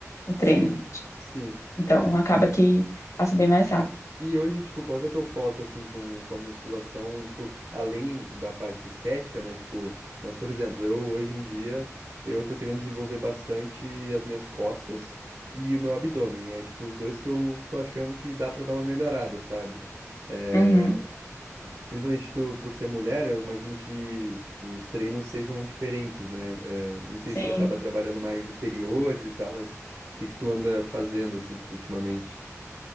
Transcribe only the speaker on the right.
Sim, sim.
E hoje, tipo, qual que é o teu foco, assim, com, com a musculação, tipo, além da parte estética, né, tipo, mas, por exemplo, eu, hoje em dia, eu tô querendo desenvolver bastante as minhas costas e o meu abdômen, é, tipo, os dois que eu tô achando que dá pra dar uma melhorada, sabe? É,
principalmente tu, por ser mulher, eu imagino que os treinos sejam diferentes, né? É, não sei
se tu acaba trabalhando mais inferiores e tal, mas o que que tu anda fazendo, assim, tipo, ultimamente?